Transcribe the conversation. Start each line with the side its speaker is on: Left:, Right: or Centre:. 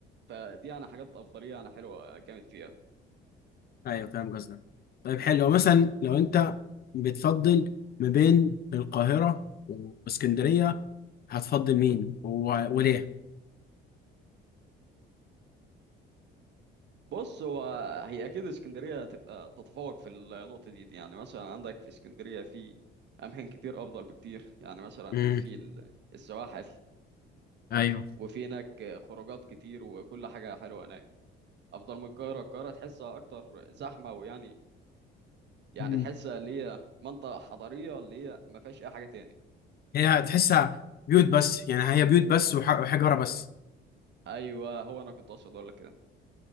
Right: فدي يعني حاجات افضليه يعني حلوه جامد فيها
Left: ايوه فاهم قصدك طيب حلو مثلا لو انت بتفضل ما بين القاهره واسكندريه هتفضل مين و- وليه
Right: بص هو هي اكيد اسكندريه تبقى تتفوق في النقطه دي, دي يعني مثلا عندك في اسكندريه في اماكن كتير افضل بكتير يعني مثلا
Left: امم
Right: في ال- السواحل
Left: ايوه
Right: وفي هناك خروجات كتير وكل حاجة حلوة هناك أفضل من القاهرة القاهرة تحسها أكتر زحمة ويعني يعني
Left: مم.
Right: تحسها اللي هي منطقة حضرية اللي هي ما فيهاش أي حاجة تاني
Left: هي هتحسها بيوت بس يعني هي بيوت بس وح- وحجاره بس
Right: أيوه هو أنا كنت أقصد أقول لك كده